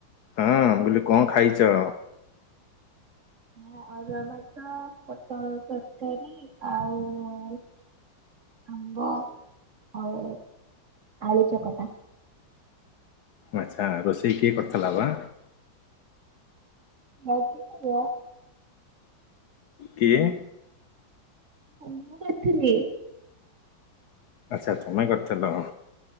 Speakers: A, on the left; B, on the right.
A: ହଁ ମୁଁ କହିଲି କଣ ଖାଇଚ।
B: ମୁଁ ଅରୁଆ ଭାତ ପୋଟଳ ତରକାରୀ ଆଉ ଉଁ। ଆମ୍ବ ଆଉ ଆଳୁ ଚକଟା।
A: ଆଚ୍ଛା ରୋଷେଇ କିଏ କରିଥିଲା ବା।
B: ଆଉ କିଏ କରିବ।
A: କିଏ।
B: ମୁଁ କରିଥିଲି।
A: ଆଚ୍ଛା ତମେ କରିଥିଲ।